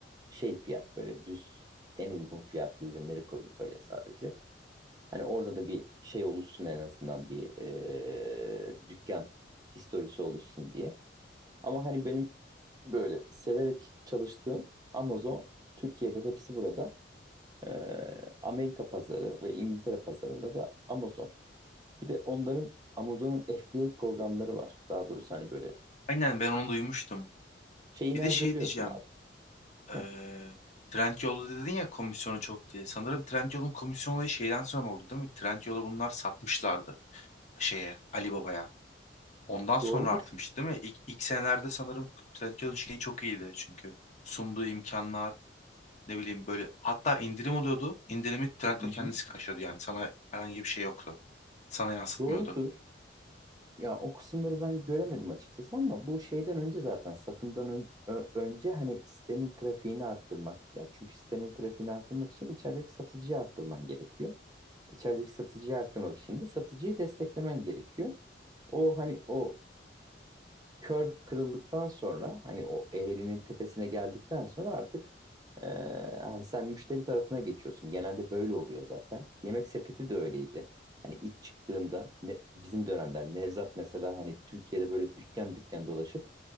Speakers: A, on the right; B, on the left.
A: şey fiyat böyle düz en uygun fiyatlı ürünleri koyduk oraya sadece. Hani orada da bir şey oluşsun en azından bir eee, dükkan historisi oluşsun diye. Ama hani benim böyle severek çalıştığım Amazon Türkiye'de hepsi burada. Ee, Amerika pazarı ve İngiltere pazarında da Amazon. Bir de onların Amazon'un FBA programları var. Daha doğrusu hani böyle
B: Aynen ben onu duymuştum.
A: şeyini
B: Bir de
A: hazırlıyorsun
B: şey diyeceğim.
A: abi.
B: Eee
A: Heh,
B: Trendyol'da dedin ya komisyonu çok diye. Sanırım Trendyol'un komisyon olayı şeyden sonra oldu değil mi? Trendyol'u bunlar satmışlardı şeye Ali Baba'ya. Ondan sonra
A: doğrudur.
B: artmıştı değil mi? İlk, ilk senelerde sanırım Trendyol'un şeyi çok iyiydi çünkü sunduğu imkanlar Ne bileyim böyle hatta indirim oluyordu. İndirimi Trendyol
A: Hı hı.
B: kendisi karşılıyordu yani. Sana herhangi bir şey yoktu. Sana yansıtmıyordu.
A: Doğrudur. Ya o kısımları ben göremedim açıkçası ama bu şeyden önce zaten satımdan ön- ö- önce hani sitenin trafiğini arttırmak. Ya çünkü sitenin trafiğini arttırmak için içerideki satıcıyı arttırman gerekiyor. İçerideki satıcıyı arttırmak için de satıcıyı desteklemen gerekiyor. O hani o curve kırıldıktan sonra hani o eğrinin tepesine geldikten sonra artık e, hani sen müşteri tarafına geçiyorsun. Genelde böyle oluyor zaten. Yemek sepeti de öyleydi. Hani ilk çıktığında ne, bizim dönemler Nevzat mesela hani Türkiye'de böyle dükkan dükkan dolaşıp